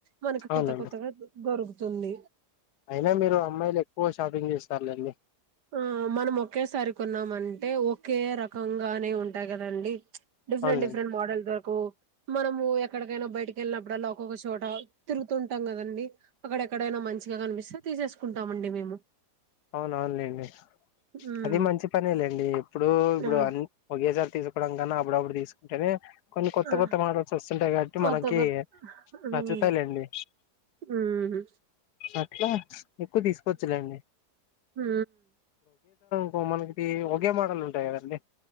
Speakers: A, on the right; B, on the left.
A: మనకి
B: అవునండి
A: కొత్త కొత్తగా దొరుకు స్తుంది
B: అయినా మీరు అమ్మాయిలు ఎక్కువ షాపింగ్ చేస్తారులేండి
A: ఆ మనం ఒకేసారి కొన్నామంటే ఒకే రకంగానే ఉంటాయి కదండి డిఫరెట్
B: అవునులేండి
A: డిఫరెట్ మోడల్స్ ఓ మనము ఎక్కడికైనా బయటికి వెళ్ళినప్పుడలా ఒక చోట తిరుగుతు వెళ్తాం కదండి అక్కడ ఎక్కడైనా మంచి కనిపిస్తే తీసేసుకుంటామండి మేము
B: అవున అవునులేండి
A: మ్మ్
B: అది మంచి పని లేండి ఎప్పుడు ఇప్పుడు
A: ఆ
B: అన్ని ఒకేసారి తీసుకు <unintelligible> ఇప్పుడప్పుడు తీసుకుంటేనే కొన్ని కొత్త
A: ఆ
B: కొత్త మడల్స్ వస్తా ఉన్నంటాయి కాబట్టి
A: కొత్త
B: మనకి
A: కొత్త మ్మ్
B: నచ్చుతాయిలేండి
A: మ్మ్
B: అట్లా ఎక్కువ తీసుకొవచ్చు లేండి
A: హు
B: ఇ మనకి ఒకే మోడల్ ఉంటాయి కదండి